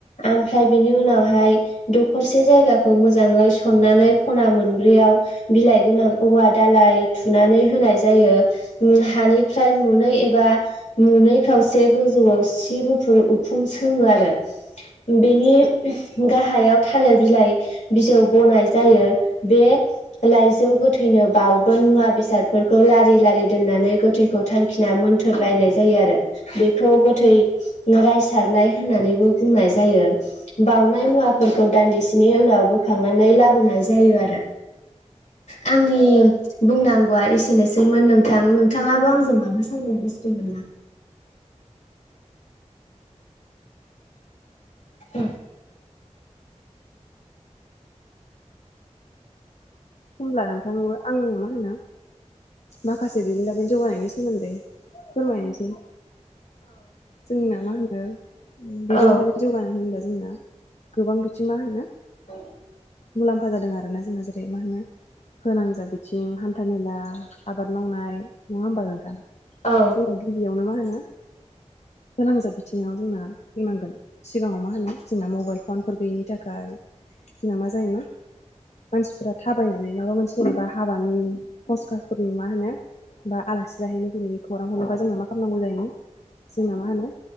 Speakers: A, on the left; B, on the left.
A: ओमफ्राय बेनि उनावहाय दखरसे जायगाखौ मोजाङै सननानै खना मोनब्रैयाव बिलाइ गोनां औवा दालाय थुनानै होनाय जायो हानिफ्राय मुनै एबा नुनै खावसे गोजौआव सि गुफुर उखुं सोङो आरो बेनि गाहायाव थालिर बिलाइ बिजौ बनाय जायो। बे लाइजौ गोथां थैनो बावउगोन मुवा बेसादफोरखौ लारि लारि दोननानै गोथैखौ थांखिना मोनथोर सलायनाय जायो आरो बे खौ गोथै रायसारनाय होननानैबो बुंनाय जायो बावनाय मुवा फोरखौ दान्दिसेनि उनाव बोखांनानै लाबोनाय जायो आरो आंनि बुंनांगौआ एसेनोसैमोन नोंथां नोंथाङाबो आंजों मानो सावरायनो गोसो दं नामा? औ
B: होमब्ला नोंथांबो आं मा होनो माखासे बिनि बागै जौगानायनि सोमोन्दै फोरमायनोसेै जोंना मा होनो बिरोंदामि
A: औ
B: जौगानाय होनबा जोंना गोबां बिथि मा होनो
A: औ
B: मुलाम्फा जादों आरो ना जोंना जेरै मा होनो फोनांजाब बिथिं हान्था मेला आबाद मावनाय नङा होमबा नोंथां
A: औ
B: दा गिबियावनो मा होनो गोनांजाब बिथिङाव जोंना बुंनांगोन सिगाङाव मा होनो जोंना मबाइल फनफोर गैयिनि थाखाय जोंना मा जायोमोन मानसिफोरा थाबायनानै माबा मोनसे जेनेबा हाबानि खसकासफोरनि मा होनो बा आलासि जाहैनो फैै खौरां हरनोबा जोंबना मा खालामनांगौ जायोमोन जोंना मा होनो